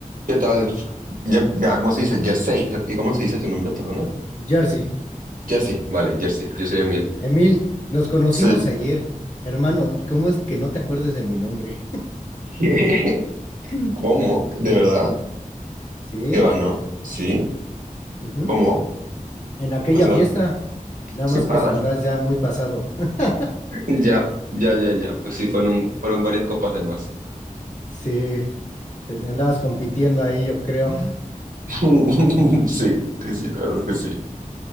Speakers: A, on the right; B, on the left.
A: ¿Qué tal? Ye- Ya, ¿cómo se dice? Jersey. ¿Y cómo se dice tu nombre? Perdona.
B: Jersey,
A: Jersey. Vale, Jersey. Yo soy Emil.
B: Emil, nos conocimos
A: Sí.
B: ayer. Hermano, ¿cómo es que no te acuerdes de mi nombre?
A: <laughs>
B: <laughs>
A: ¿Cómo? ¿De verdad?
B: Sí,
A: ¿Qué va, no? ¿Sí?
B: ujú,
A: ¿Cómo?
B: En aquella
A: Pues no.
B: fiesta,
A: <laughs>
B: nada más que
A: Ah,
B: andabas ya muy pasado. <laughs>
A: ya, ya, ya, ya. Pues sí, fueron, fueron varias copas de más.
B: Sí, te- andabas compitiendo ahí, yo creo.
A: <laughs> Sí, sí, sí, la verdad es que sí.